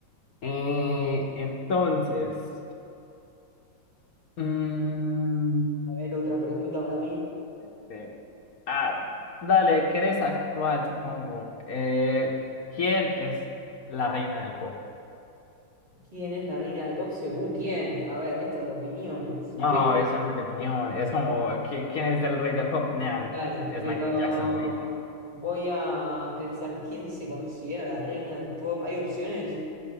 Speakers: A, on the left; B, on the right.
A: Eh, entonces. mm,
B: A ver, otra pregunta para mí.
A: Este, ah, dale, querés actuar, supongo. Eh, ¿quién es la reina del pop?
B: ¿Quién es la reina del pop según quién? A ver, esto de opiniones.
A: No, eso no es de opinión. Es como, ¿qui- ¿quién es el rey del pop? Nean,
B: Claro,
A: es
B: pero
A: Michael Jackson, lo dice.
B: voy a pensar quién se considera la reina del pop. ¿Hay opciones?